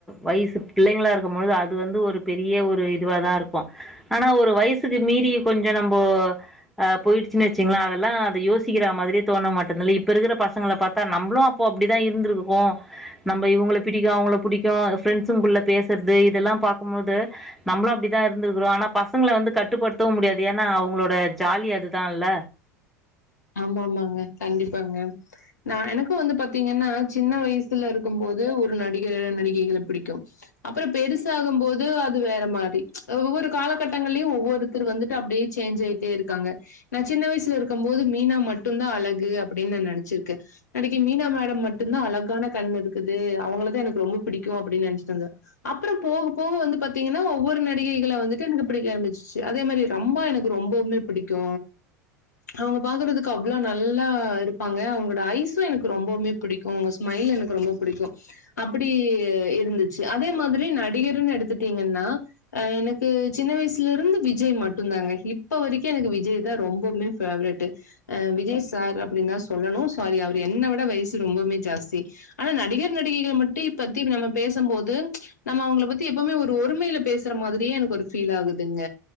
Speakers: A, in the centre; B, on the left.
A: வயசு பிள்ளைங்களா இருக்கும்பொழுது அது வந்து ஒரு பெரிய ஒரு இதுவா தா இருக்கு ஆனா ஒரு வயசுக்கு மீறி கொஞ்ச நம்போ அ போய்டுச்சின் வச்சீங்ள அதெல்லா அத யோசிக்கிற மாதிரி தோண மாட்டுந்துல இப்ப இருக்குற பசங்கள பாத் ‌த்தா நம்புளு அப்போ அப்டிதா இர்ந்திருக்கோ நம்ப இவுங்கள பிடிக்கு அவுங்கள பிடிக்கு பிரெண்ட்ஸ்ஸுங்குள்ள‌ பேசற்து இதெல்லா பாக்கும் போது நம்புளு அப்டித்தா இருந்திருக்கிறோ ஆனா பசங்கள வந்து கட்டுப்படுத்தவு முடியாது ஏனா அவுங்ளோட ஜாலி அதுதால்ல
B: ஆமா ஆமாங்க கண்டிப்பாங்க நா எனக்கு வந்து பாத்தீங்கன்னா சின்ன வயசுல இரு க்கும்‌ போது ஒரு நடிக நடிகைகள பிடிக்கு அப்பற பெருசாகும்போது து அதுவேற மாறி‌ ஒவ்வொரு காலகட்டங்கள்லயு ஒவ்வொருத்தர் வந்துட்டு அப்டியே சேஞ்ச் ஆயிட்டே இருக்காங்க நா சின்ன வயசுல இருக்கம் போது மீனா மட்டுந்தா அழகு அப்டினு நெனச்சிருக்கே அன்னக்கி மீனா மேடம் மட்டுந்தா அழகான கண் இருக்குது அவுங்கள தா எனக்கு ரொம்ப பிடிக்கு அப்டின் நென்ச்சிட்ருந்த அப்பறம் போக போக வந்து பாத்தீங்கன்னா ஒவ்வொரு நடிகைகள வந்துட்டு எனக்கு பிடிக்க ஆம்பிச்சுச்சு அதே மாறி ரம்பா எனக்கு ரொம்பவுமே பிடிக்கு அவுங்க பாக்குறதுக்கு அவ்ளோ நல்லா இருப்பாங்க அவுங்களோட ஐஸும் எனக்கு ரொம்பவுமே பிடிக்கு அவுங்க ஸ்மைல் எனக்கு ரொம்ப பிடிக்கு அப்டி இருந்துச்சு அதே மாதிரி நடிகர்னு எடுத்துட்டீங்கன்னா அ எனக்கு சின்ன வயசுல இருந்து விஜய் மட்டுந்தாங்க இப்ப வரிக்கு எனக்கு விஜய் தா ரொம்பவுமே ஃபேவ்ரெட் அ விஜய் சார் அப்டின்னுதா சொல்லனு சாரி அவரு என்ன விட வயசு ரொம்பவுமே ஜாஸ்தி ஆனா நடிகர் நடிகைகள மட்டு இப்பத்திக் நம்ம பேசு போது நம்ம அவுங்கள பத்தி எப்பவுமே ஒரு ஒருமைல பேசற மாதிரியே எனக்கு ஒரு ஃபீல் ஆகுதுங்க